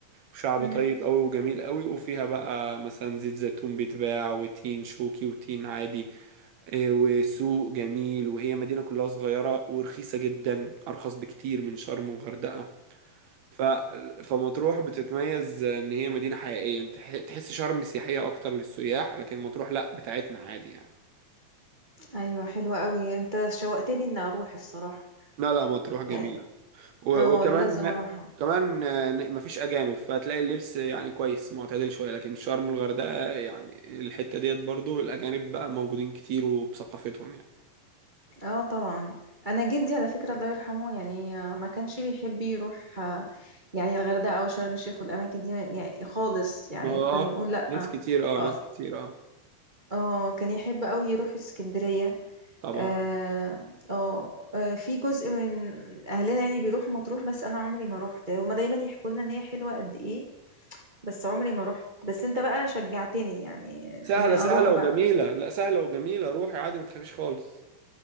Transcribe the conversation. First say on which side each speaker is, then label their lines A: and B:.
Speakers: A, on the right (about 65°); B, on the right (about 45°).
A: وشعب
B: مم.
A: طيب قوي وجميل قوي وفيها بقى مثلا زيت زيتون بيتباع وتين شوكي وتين عادي آه، وسوق جميل وهي مدينة كلها صغيرة ورخيصة جدا أرخص بكتير من شرم وغردقة ف... فمطروح بتتميز إن هي مدينة حقيقية أنت تح- تحس شرم سياحية أكتر للسياح لكن مطروح لأ بتاعتنا عادي يعني
B: أيوة حلوة قوي أنت شوقتني إني أروح الصراحة
A: لا لا مطروح جميلة
B: يعني
A: و...
B: اه
A: وكمان
B: لازم أروحها
A: كمان آه، مفيش أجانب فتلاقي اللبس يعني كويس معتدل شوية لكن شرم والغردقة يعني الحتة ديت برضو الأجانب بقى موجودين كتير وبثقافتهم يعني
B: اه طبعا انا جدي على فكره الله يرحمه يعني آه، ما كانش بيحب يروح آه، يعني الغردقه او شرم الشيخ والاماكن دي يعني خالص يعني
A: ما هو
B: كان
A: اه
B: يقول لا
A: ناس
B: اه
A: كتير اه
B: اه
A: ناس كتير اه
B: آه، كان يحب قوي يروح اسكندريه
A: طبعا
B: اه اه آه، في جزء من اهلنا يعني بيروحوا مطروح بس انا عمري ما روحت هما دايما يحكوا لنا ان هي حلوه قد ايه بس عمري ما روحت بس انت بقى شجعتني يعني
A: سهلة
B: ان اروح
A: سهلة
B: بقى
A: وجميلة لا سهلة وجميلة روحي عادي ما تخافيش خالص